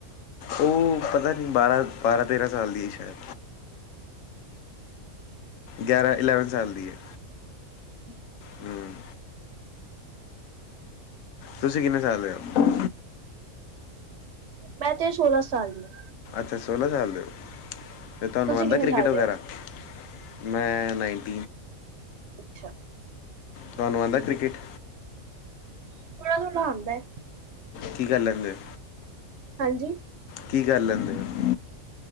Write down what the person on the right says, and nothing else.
ਹੂੰ।
ਮੈਂ ਤੇ ਸੌਲਾ ਸਾਲ ਦੀ ਹਾਂ।
ਤੁਸੀਂ
ਕਿੰਨੇ
ਸਾਲ
ਦੇ ਹੋ?
ਅੱਛਾ।
ਥੋੜ੍ਹਾ ਥੋੜ੍ਹਾ ਆਉਂਦਾ ਹੈ।
ਹਾਂਜੀ।